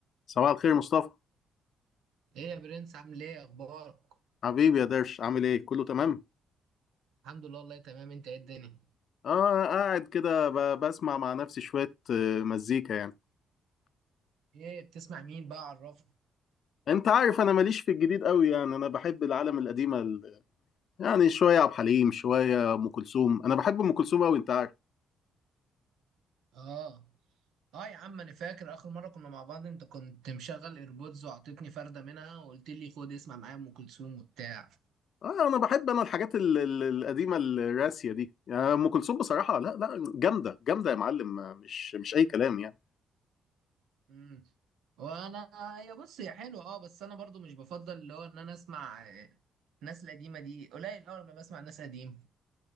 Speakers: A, on the left; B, on the right.
A: صباح الخير مصطفى
B: ايه يا برنس عامل ايه اخبارك
A: حبيبي يا درش عامل ايه كله تمام
B: الحمد لله والله تمام انت ايه الدنيا
A: اه قاعد كده ب- بسمع مع نفسي شوية آه، مزيكا يعني
B: ايه بتسمع مين بقى عرفني
A: انت عارف انا ماليش في الجديد قوي يعني انا بحب العالم القديمة ال- يعني شوية عبد الحليم شوية ام كلثوم انا بحب ام كلثوم قوي انت عارف
B: اه اه يا عم انا فاكر اخر مره كنا مع بعض انت كنت مشغل ايربودز وعطيتني فرده منها وقلت لي خد اسمع معايا ام كلثوم وبتاع
A: اه انا بحب انا الحاجات ال- ال- القديمة الراسية دي يعني ام كلثوم بصراحة لا لا جامدة جامدة يا معلم مش مش اي كلام يعني
B: امم وانا هي بص هي حلوه اه بس انا برضو مش بفضل اللي هو ان انا اسمع آه، ناس القديمه دي قليل اول ما بسمع ناس قديمه